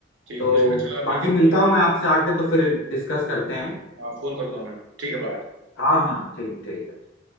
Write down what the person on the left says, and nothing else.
तो
बाकी
मिलता हूँ मैं आपसे आके तो फिर डिस्कस करते हैं
हाँ हाँ ठीक ठीक है